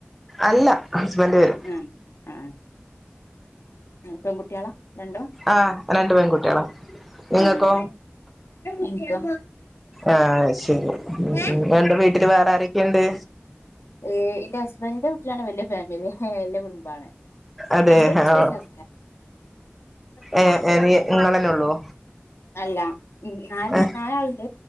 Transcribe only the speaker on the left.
ഉം ആഹ് പെൺകുട്ടികളാ രണ്ടും
ആഹ് ഇൻക്കും
<inaudible>
ഏ എന്റെ ഹസ്ബൻറിിന്റെ വീട്ടിലാണെകിൽ വലിയ ഫാമിലി വല്ല്യ കുടുംബമാണ്
എന്റെ വീട്ടില്
<unintelligible>
അല്ല ൻ നാല്
നാലാള്ണ്ട്